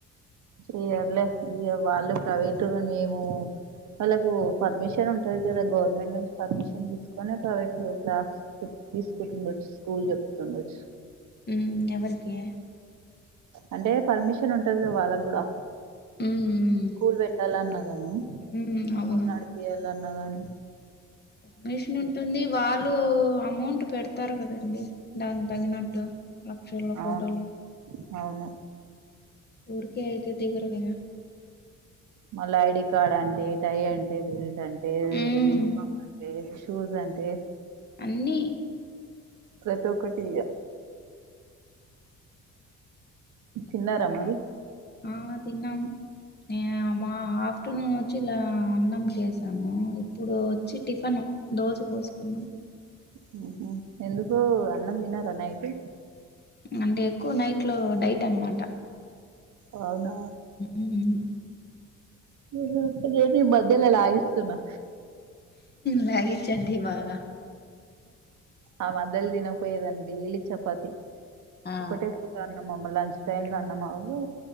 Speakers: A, on the right; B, on the left.
A: చెయ్యర్లే ఇగా వాళ్ళు ప్రైవేటుగా మేము వాళ్ళకు పర్మిషన్ ఉంటది గదా గవర్నమెంట్ నుంచి పర్మిషన్ తీసుకొని ప్రైవేట్ గో క్లాస్ చేప్ తీసుకుంటుండొచ్చు స్కూల్ జేప్తుండొచ్
B: ఉమ్ ఎవరకే
A: అంటే పర్మిషన్ ఉంటదగా వాళ్ళక్ గూడా
B: ఉమ్ ఉమ్
A: కూల్ వేట్టాలన్నా గాని
B: ఉమ్ అవును
A: కూల్ నడిపియాల్ కనగన్
B: బిష్మింట్ ఉండి. వాళ్ళు అమౌంటు పెడతారు కదండి దానికి తగినట్టు లక్షలో కోటర్లు
A: అవును అవును
B: ఊరికే అయితే తీగ్రమేగా
A: మళ్ళా ఐడి కార్డ్ అంటే, టై అంటే, బెల్ట్ అంటే,
B: ఉమ్
A: యూనిఫార్మ్ అంటే, షూస్ అంటే,
B: అన్నీ
A: ప్రత్ ఒకటి ఇయా. తిన్నారా
B: మామ్
A: మరి
B: ఆ తిన్నమ్ నీయా మాప్. ట్టును చిల్లా అన్నం జేశాము. ఇప్పుడు వచ్చి టిఫన్ దోజ పోసుకున్నాం.
A: హుహ్ ఎందుకో అన్నం తిన్నరా నైటు.
B: అంటే ఎక్కువ నైట్ లో డైట్ అనమాట
A: అవునా
B: ఉమ్,
A: అదే అదేది మధ్యలా లాగిస్తున్నా.
B: లాగిచండి బాగా
A: ఆ మధ్యలో తినపోయేదండి. డైలీ చపాతి
B: ఆ
A: ఒక్కటే పూట అన్నం. మమ్ము లంచ్ పోయింది. లనమ్మాగు